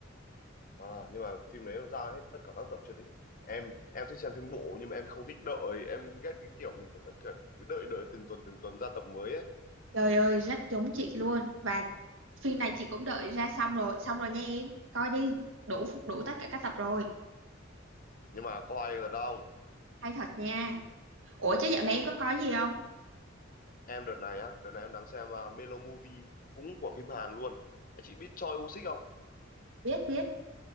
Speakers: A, on the left; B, on the right.
A: À, nhưng mà phim đấy nó ra hết tất cả các tập chưa chị? Em em thích xem phim bộ nhưng mà em không thích đợi, em ghét cái kiểu mình cứ phải cần cứ đợi đợi từng tuần từng tuần ra tập mới ấy.
B: trời ơi rất giống chị luôn và phim này chị cũng đợi ra xong rồi xong rồi nha em coi đi đủ đủ tất cả các tập rồi
A: Nhưng mà có hay là đâu.
B: hay thật nha ủa chứ dạo
A: Ok,
B: này em có coi gì không
A: em đợt này á, đợt này em đang xem uh, Melo Movie cũng của phim Hàn luôn. Anh chị biết Choi Woo-sik không?
B: biết biết